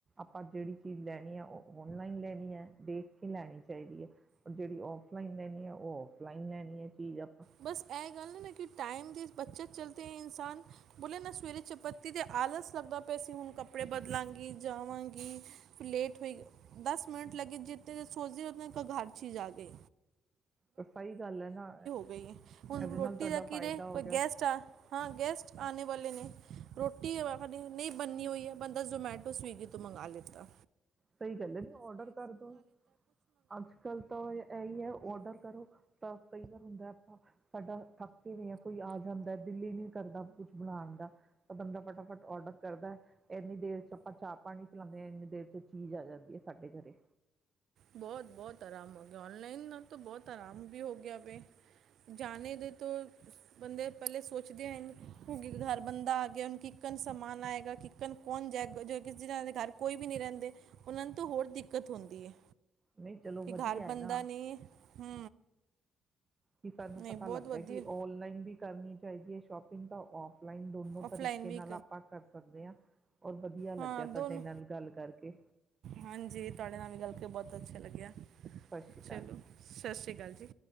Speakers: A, on the right; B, on the right.
A: ਆਪਾਂ ਜਿਹੜੀ ਚੀਜ਼ ਲੈਣੀ ਹੈ, ਉਹ ਔਨਲਾਈਨ ਲੈਣੀ ਹੈ, ਦੇਖ ਕੇ ਲੈਣੀ ਚਾਹੀਦੀ ਹੈ, ਔਰ ਜਿਹੜੀ ਔਫ ਲਾਈਨ ਲੈਣੀ ਆ ਉਹ ਔਫ--ਲਾਈਨ ਲੈਣੀ ਆ ਚੀਜ਼ ਆਪ
B: ਬਸ ਇਹ ਗੱਲ ਨਾ ਕਿ ਟਾਈਮ ਦੀ ਬੱਚਤ ਚੱਲਦੇ ਇਨਸਾਨ ਬੋਲੇ ਨਾ, ਸਵੇਰੇ ਚਪੱਤੀ ਦੇ ਆਲਸ ਲੱਗਦਾ ਪਏ ਕਿ ਅਸੀਂ ਹੁਣ ਕੱਪੜੇ ਬਦਲਾਂਗੀ ਜਾਵਾਂਗੀ, ਲੇਟ ਹੋਈ। ਦਸ ਮਿੰਟ ਲੱਗਦੇ ਜਿੱਨੇ ਚਿਰ ਸੋਚਦੇ ਉਨੇ ਚ ਘਰ ਚੀਜ਼ ਆ ਗਈ
A: ਤਾਂ ਸਹੀ ਗੱਲ ਹੈ ਨਾ
B: ਈ ਹੁਣ
A: ਇਹਦੇ
B: ਰੋਟੀ
A: ਨਾਲ ਤੁਹਾਡਾ
B: ਦਾ ਕਿ
A: ਫਾਇਦਾ
B: ਰੇ,
A: ਹੋ
B: ਕੋਈ
A: ਗਿਆ
B: ਗੈਸਟ ਆ ਗੈਸਟ ਆਣੇ ਵਾਲੇ ਨੇ ਰੋਟੀ ਨਹੀਂ ਬੰਨੀ ਹੋਈ ਹੈ ਬੰਦਾ ਜ਼ਮੈਟੋ, ਸਵੀਗੀ ਤੋਂ ਮੰਗਵਾ ਲੈਂਦਾ।
A: ਸਹੀ ਗੱਲ ਹੈ। ਨਹੀ ਔਡਰ ਕਰ ਦੋ। ਅੱਜ ਕੱਲ ਤਾਂ ਇਹੀ ਹੈ, ਔਡਰ ਕਰੋ ਤਾਂ ਸਈ ਗੱਲ ਹੁੰਦਾ ਆਪਾਂ, ਸਾਡਾ ਥੱਕ ਕਿਵੇਂ ਆ ਕੋਈ ਆ ਜਾਂਦਾ ਦਿੱਲ ਨੀ ਕਰਦਾ ਕੁੱਝ ਬਣਾਉਣ ਦਾ ਤਾਂ ਬੰਦਾ ਫਟਾਫਟ ਔਡਰ ਕਰਦਾ, ਇੰਨੀ ਦੇਰ ਚ ਆਪਾਂ ਚਾਹ ਪਾਣੀ ਪਿਲਾਉਂਦੇ ਹਾਂ, ਇੰਨੀ ਦੇਰ ਚ ਚੀਜ਼ ਆ ਜਾਂਦੀ ਹੈ ਸਾਡੇ ਘਰੇ।
B: ਬਹੁਤ ਬਹੁਤ ਆਰਾਮ ਹੋ ਗਿਆ, ਔ ਨਲਾਈਨ ਨਾਲ ਬਹੁਤ ਆਰਾਮ ਵੀ ਹੋ ਗਿਆ ਵੇ ਜਾਣੇ ਦੇ ਤੋ ਬੰਦੇ ਪਹਿਲੇ ਸੋਚਦੇ ਹਨ ਘਰ ਬੰਦਾ ਆ ਗਿਆ ਹੈ। ਹੁਣ ਕਿਕਨ ਸਮਾਨ ਆਏਗਾ, ਕਿਕਨ ਕੌਣ ਜਾਏਗਾ ਕਿਸੇ ਦੇ ਘਰ ਕੋਈ ਵੀ ਨਹੀਂ ਰਹਿੰਦੇ ਉਹਨਾਂ ਨੂੰ ਤਾਂ ਹੋਰ ਦਿੱਕਤ ਹੁੰਦੀ ਹੈ।
A: ਨਹੀਂ ਚਲੋ
B: ਕਿ
A: ਵਧੀਆ
B: ਘਰ
A: ਹੈ
B: ਬੰਦਾ
A: ਨਾ
B: ਨਹੀਂ ਹੈ। ਹੂੰ।
A: ਕਿ ਸਾਨੂੰ
B: ਨਹੀਂ
A: ਪਤਾ
B: ਬਹੁਤ
A: ਲੱਗਦਾ
B: ਵਧੀਆ
A: ਕਿ ਔਨਲਾਈਨ ਵੀ ਕਰਨੀ ਚਾਹੀਦੀ ਹੈ ਸ਼ੋਪਿੰਗ ਤਾਂ ਔਫ ਲਾਈਨ ਦੋਨੋ
B: ਆਫਲਾਈਨ
A: ਤਰੀਕੇ
B: ਵੀ
A: ਨਾਲ ਆਪਾਂ ਕਰ ਸਕਦੇ ਹਾਂ। ਔਰ ਵਧੀਆ ਲੱਗਿਆ
B: ਹਾਂ ਦੋਨੋ।
A: ਤੁਹਾਡੇ ਨਾਲ ਗੱਲ ਕਰਕੇ
B: ਹਾਂਜੀ, ਤੁਹਾਡੇ ਨਾਲ ਵੀ ਗਲ ਕੇ ਬਹੁਤ ਅੱਛਾ ਲੱਗਿਆ।
A: ਸਤਿ ਸ਼੍ਰੀ ਅਕਾਲ
B: ਚਲੋ, ਸਤਿ ਸ੍ਰੀ ਅਕਾਲ ਜੀ।